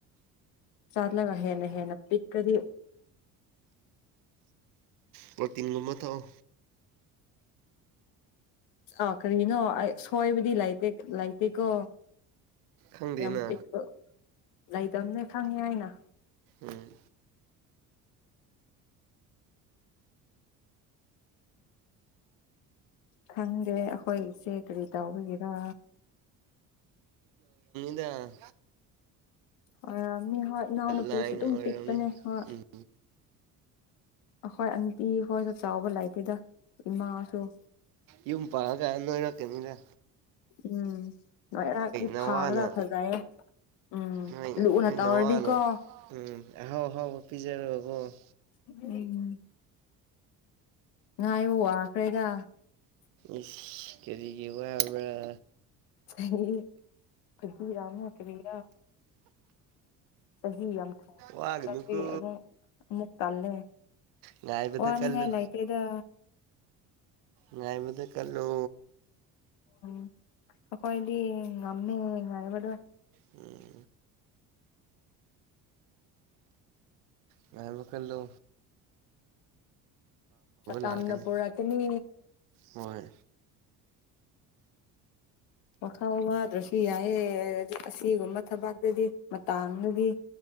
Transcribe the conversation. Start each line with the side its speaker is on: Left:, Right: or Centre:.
Left: ꯆꯠꯂꯒ ꯍꯦꯅ ꯍꯦꯅ ꯄꯤꯛ ꯀꯗꯤ
Right: ꯄꯔꯣꯇꯤꯟꯒꯨꯝꯕ ꯊꯛꯑꯣ
Left: ꯑꯥ ꯀꯔꯤꯒꯤꯅꯣ ꯑꯩ ꯁꯣꯏꯕꯗꯤ ꯂꯩꯇꯦ ꯂꯥꯏꯇꯦꯀꯣ
Right: ꯈꯪꯗꯦꯅ
Left: ꯌꯥꯝ ꯄꯤꯛꯄ ꯂꯩꯗꯝꯕꯅꯦ ꯈꯪꯉꯦ ꯍꯥꯏꯅ
Right: ꯎꯝ
Left: ꯈꯪꯗꯦ ꯑꯩꯈꯣꯏꯁꯦ ꯀꯔꯤ ꯇꯥꯎꯕꯤꯒꯔ
Right: ꯑꯗ
Left: ꯍ ꯃꯤ ꯍꯣꯏ ꯏꯅꯥꯎ ꯅꯨꯄꯤꯁꯦ
Right: ꯂꯥꯏꯟ
Left: ꯑꯗꯨꯝ
Right: ꯑꯣꯏꯔꯝꯅꯤ
Left: ꯄꯤꯛꯄꯅꯦ ꯍꯣꯏ
Right: ꯎꯝ
Left: ꯈꯣꯏ ꯑꯟꯇꯤ ꯍꯣꯏꯁꯨ ꯆꯥꯎꯕ ꯂꯩꯥꯏꯇꯦꯗ ꯏꯃꯥꯁꯨ
Right: ꯌ ꯄꯥ ꯀꯩꯅꯦꯅꯤꯗ
Left: ꯎꯝ ꯂꯣꯏꯔꯥꯛꯀꯤ
Right: ꯅꯋꯥꯅ
Left: ꯐꯥꯡꯒ꯭ꯔ ꯐꯖꯩꯌꯦꯦ ꯎꯝ
Right: ꯅꯣꯏ
Left: ꯂꯨꯅ
Right: ꯅꯣꯏ
Left: ꯇꯧꯔꯗꯤꯀꯣ
Right: ꯅꯋꯥꯅ ꯎꯝ ꯍꯥꯎ ꯍꯥꯎ ꯄꯤꯖꯔꯣ
Left: ꯎꯝ ꯉꯥꯏꯕ ꯋꯥꯈ꯭ꯔꯦꯗ
Right: ꯏꯁ ꯀꯔꯤꯒꯤ ꯑꯣꯏꯦ
Left: ꯐꯗꯤ ꯑꯔꯝ ꯍꯥ ꯀꯔꯤꯥ ꯆꯍꯤ ꯌꯥꯝ ꯊꯨ ꯊꯨꯅ
Right: ꯋꯥꯒꯅꯨꯀꯣ
Left: ꯆꯠꯇꯦ ꯑꯗꯨ ꯑꯃꯨꯛ ꯀꯜꯂꯦ
Right: ꯉꯥꯏꯕꯗ
Left: ꯋꯥꯅꯤꯡꯉꯥꯏꯂ
Right: ꯀꯜꯂꯨ
Left: ꯑꯥꯏꯇ ꯏꯗ
Right: ꯉꯥꯏ ꯃꯗꯨ ꯀꯜꯂꯣ
Left: ꯎꯝ ꯑꯈꯣꯏꯗꯤ ꯉꯝꯃꯦ ꯉꯕꯗꯨ
Right: ꯎꯝ ꯉꯥꯏ ꯃꯈ ꯀꯜꯂꯣ
Left: ꯀꯝꯅꯄꯨꯔꯇꯅꯤ
Right: ꯂꯥꯛꯀꯅꯤ ꯍꯣꯏ
Left: ꯋꯥꯈꯥ ꯋꯥꯗ꯭ꯔꯁꯨ ꯌꯥꯏꯑꯦꯗꯤ ꯑꯁꯤꯒꯨꯝꯕ ꯊꯕꯥꯛꯇꯗꯤ ꯃꯇꯥꯡꯗꯗꯤ